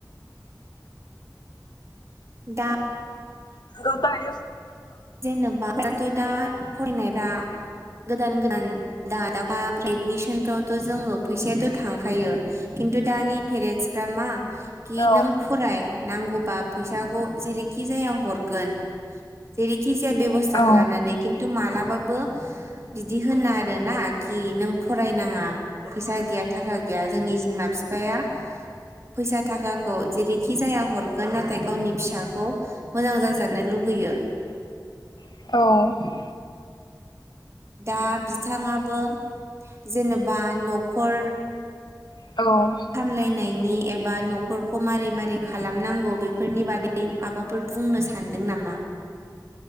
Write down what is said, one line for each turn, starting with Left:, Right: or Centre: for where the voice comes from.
Right: दा
Left: <unintelligible>
Right: जेनेबाथ' दा फरायनायफ्रा गोदान गोदान द दाब एदमिसन फावथ' जोङो फैसायाथ' थांखायो। खिन्थु दानि पेरेन्टसफ्रा मा कि
Left: औ
Right: नों फराय नांगौबा फैसाखौ जेरैखि जाया हरगोन जेरैखि जाया बेबस्था
Left: औ
Right: खालामनानै खिन्थु मालाबाबो बिदि होनो आरो ना कि नों फरायनाङा फैसा गैया थाखा गैया जोंनि बिमा-फिफाया फैसा थाखाखौ जेरैखि जाया हरगोन नाथाय गावनि फिसाखौ मोजां जाजानो लुुगैयो
Left: औ
Right: दा बिथाङाबो जेनेबा न'खर
Left: औ
Right: सामलायनायनि एबा न'खरखौ मारै मारै खालामनांगौ बेफोरनि बादै माबा फोर बुंनो सान्दों नामा?